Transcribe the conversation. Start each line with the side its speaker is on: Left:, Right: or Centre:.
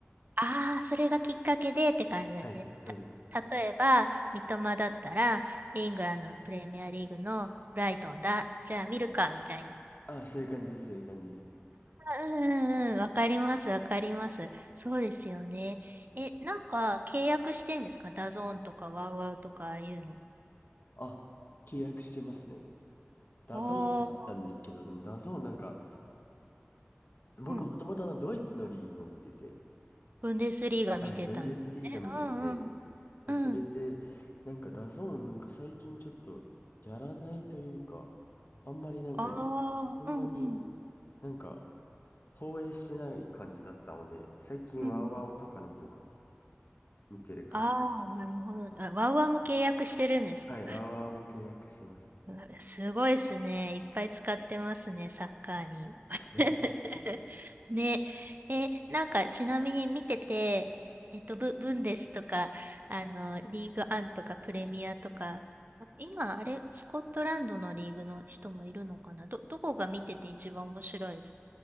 Right: ああ、それがきっかけでって感じですね。
Left: はい、そうです。
Right: た、例えば、三笘だったら、イングランドのプレミアリーグのブライトンだ。じゃあ見るか、みたいな。
Left: あ、そういう感じです、そういう感じです。
Right: うんうんうん、わかります、わかります。そうですよね。え、なんか契約してんですかダゾーンとかワウワウとかああいうの。
Left: あ、契約してますね。ダゾーンで見てたんですけど、
Right: お
Left: でもダゾーンなんか、僕もともとあのドイツのリーグを見てて、
Right: おうん。ブンデスリーガ見てたんですね。
Left: はい、ブンデスリーガ見てて、
Right: うんうん。
Left: で、
Right: うん。
Left: それで、なんかダゾーンなんか最近ちょっとやらないというか、あんまりなんか、
Right: あ
Left: そんなに
Right: あ、うんうん。
Left: なんか放映してない感じだったので、最近ワウワウとかの方が
Right: うんうん
Left: 見てる感じ。
Right: ああ、なるほどね。あワウワウも契約してるんですか
Left: はい、ワウワウも契約してます。
Right: うわすごいですね。いっぱい使ってますね、サッカーに。<laughs>
Left: <laughs>
Right: ね。え、なんか、ちなみに見てて、えっと、ブ、ブンデスとか、あの、リーグアンとか、プレミアとか、今、あれ、スコットランドのリーグの人もいるのかなど、どこが見てて一番面白い